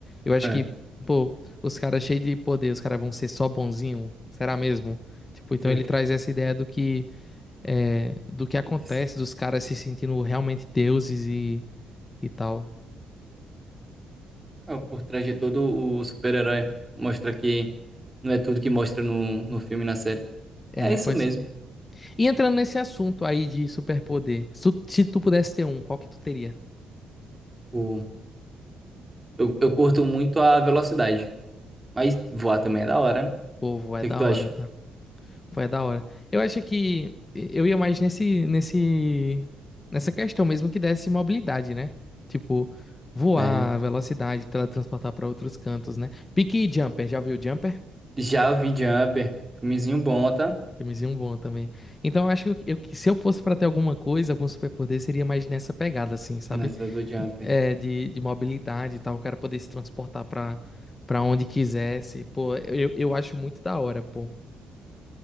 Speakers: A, on the left; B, on the right.
A: Eu acho
B: É.
A: que, pô, os caras cheios de poder, os caras vão ser só bonzinho, será mesmo? Tipo, então
B: Sei.
A: ele traz essa ideia do que é, do que acontece,
B: O que s-
A: dos caras se sentindo realmente deuses e, e tal.
B: ah, por trás de todo o super-herói. Mostra que não é tudo que mostra no, no filme e na série.
A: É,
B: É isso
A: pois
B: mesmo.
A: E entrando nesse assunto aí de superpoder, se tu, se tu pudesse ter um, qual que tu teria?
B: Tipo, eu, eu curto muito a velocidade. Mas voar também é da hora, né?
A: Povo, é
B: O que
A: da
B: é que tu
A: hora,
B: acha?
A: tá? Foi da hora. Eu acho que eu ia mais nesse, nesse, nessa questão mesmo que desse mobilidade, né? Tipo, voar,
B: É.
A: velocidade, teletransportar pra outros cantos, né? Pique e Jumper, já viu Jumper?
B: Já eu vi Jumper, filmezinho bom, tá?
A: Filmezinho bom também. Então, eu acho que eu, que se eu fosse pra ter alguma coisa, algum superpoder, seria mais nessa pegada, assim, sabe?
B: Nessa do Jumper.
A: É, de, de mobilidade e tal, o cara poder se transportar pra, pra onde quisesse. Pô, eu, eu acho muito da hora, pô.